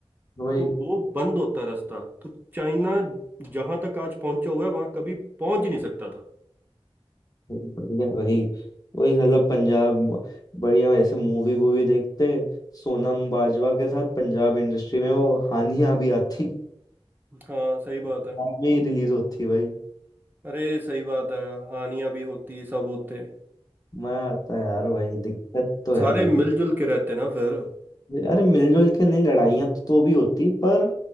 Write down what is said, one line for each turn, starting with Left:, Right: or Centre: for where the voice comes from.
Right: तो
Left: वही
Right: वो बंद होता रास्ता तो चाइना जहां तक आज पहुंचा हुआ है वहां कभी पहुंच ही नहीं सकता था
Left: बढ़िया वही वही साला पंजाब बढ़िया ऐसे मूवी वूवी देखते सोनम बाजवा के साथ पंजाब इंडस्ट्री में वो हानिया भी आती
Right: हाँ सही बात
Left: पंजाब
Right: है
Left: में ही रिलीज होती भाई
Right: अरे सही बात है हानियां भी होती सब होते
Left: मजा आता है यार भाई दिक्कत तो है
Right: सारे
Left: भाई
Right: मिलजुल के रहते ना फिर
Left: अरे मिलजुल के नहीं लड़ाइयाँ तो, तो भी होती पर